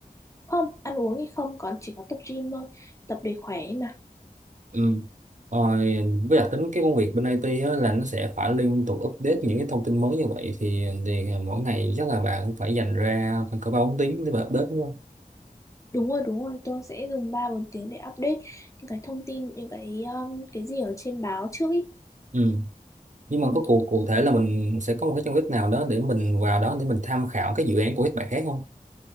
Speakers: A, on the left; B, on the right.
A: Không, ăn uống thì không, còn chỉ có tập gym thôi. Tập để khỏe ấy mà.
B: ừ. rồi với đặc tính cái công việc bên IT á, là nó sẽ phải liên tục update những cái thông tin mới như vậy thì thì mỗi ngày chắc là bạn cũng phải dành ra khoảng cỡ ba bốn tiếng để bà update đúng không
A: Đúng rồi, đúng rồi, tôi sẽ dùng 3 4 tiếng để update những cái thông tin, những cái um, cái gì ở trên báo trước ý.
B: ừ. nhưng
A: Ừ.
B: mà có cụ cụ thể là mình sẽ có một cái trong web nào đó để mình vào đó để mình tham khảo cái dự án của các bạn khác không